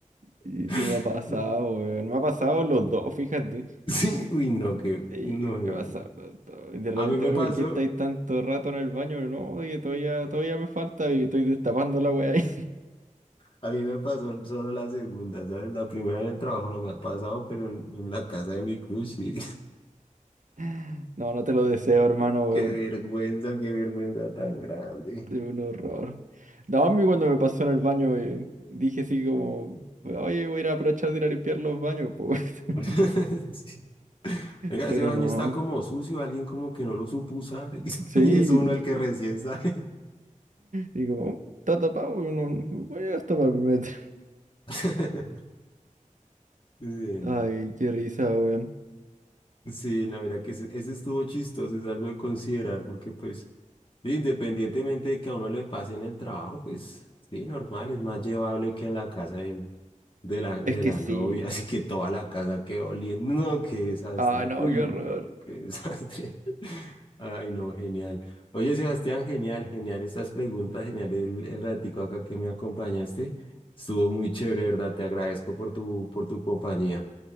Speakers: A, on the right; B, on the left.
A: sí,
B: <laughs>
A: sí me ha pasado, weón. Me ha pasado los dos, fíjate.
B: Sí, uy, no, que,
A: Sí,
B: no, Dios
A: me ha pasado
B: mío.
A: los dos. Y de repente,
B: A mí me
A: oye,
B: pasó,
A: ¿por qué estáis tanto rato en el baño? No, que todavía, todavía me falta y estoy destapando la weá ahí.
B: a mí me pasó solo la segunda, ¿sabes? La primera en el trabajo no me ha pasado, pero en, en la casa de mi cruz sí.
A: <laughs> No, no te lo deseo,
B: <laughs>
A: hermano,
B: Qué
A: weón.
B: vergüenza, qué vergüenza tan grande.
A: Es un horror. No, a mí cuando me pasó en el baño eh, dije así como, oye, voy a ir a aprovechar de ir a limpiar los baños, pues. <laughs>
B: <laughs> Sí. Oiga,
A: Pero
B: ese baño
A: no.
B: está como sucio, alguien como que no lo supo usar <laughs>
A: Sí.
B: y es uno el que recién sale.
A: Y como, está tapado, no no voy a tapar el metro.
B: <laughs> Genial.
A: Ay, qué risa, weón.
B: Sí, no, mira que ese, ese estuvo chistoso, es algo de considerar porque pues Sí, Independientemente de que a uno le pase en el trabajo, pues sí, normal, es más llevable que en la casa del- de la, de
A: Es que
B: la
A: sí.
B: novia, <laughs> así que toda la casa quedó oliendo. No, qué desastre.
A: Ay, no,
B: Uy,
A: qué horror.
B: no, qué desastre. <laughs> Ay, no, genial. Oye, Sebastián, genial, genial estas preguntas, genial el, el ratico acá que me acompañaste. Estuvo muy chévere, ¿verdad? Te agradezco por tu, por tu compañía.